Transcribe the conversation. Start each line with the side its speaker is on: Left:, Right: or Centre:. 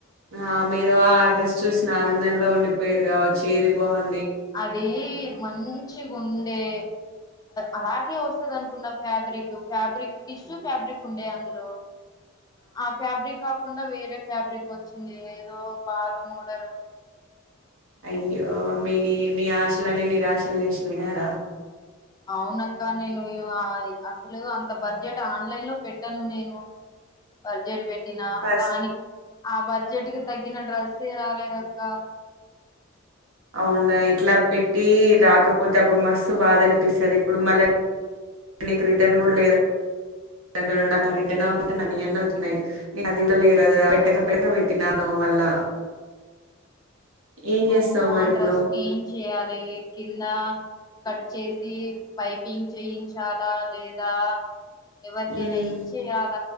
Right: ఆ మీరు ఆ డ్రైస్ చూసిన ఆనందంలో ఉండిపోయారు కావచ్చు ఏది బాగుందో
Left: అదీ మంచిగు ఉండే అలాగే వస్తుంది అనుకున్న ఫ్యాబ్రిక్ ఫ్యాబ్రిక్ టిష్యూ ఫ్యాబ్రిక్ ఉండే అందులో ఆ ఫ్యాబ్రిక్ కాకుండా వేరే ే ఫ్యాబ్రిక్ వచ్చింది ఏదో పాత మోడల్
Right: అయ్యో మీ న మీ ఆశలన్నీ నిరాశలు చేసినాయారా
Left: అవునక్క నేను అసలు అంత బడ్జెట్ ఆన్లైన్ లో పెట్టాను నేను బడ్జెట్ పెట్ నా
Right: ఫస్ట్
Left: దాని ఆ బడ్జెట్ కి తగ్గిన డ్రెస్ రాలేదక్క
Right: అవుడ్ర ఇట్లా పెట్టి రాకపోతే అప్పుడు మస్తు బాధ అనిపిస్తుంది ఇప్పుడు మళ్ళా నీకు రిటర్న్ కూడా లేద నా రిటర్న్ అన్న వచ్చయి అది కూడా లేరుద పెట్టక పెట్ట పెట్టినాను మళ్ళా ఏం చేస్తావు
Left: అవును
Right: మరి
Left: ఆ
Right: ఇప్పుడు
Left: డ్రెస్ ని ఏం చెయాలి కింద కట్ చేసి పైపింగ్ చేయించాలా లేదా ఎవరికైనా
Right: ఉమ్
Left: ఇచ్చేయల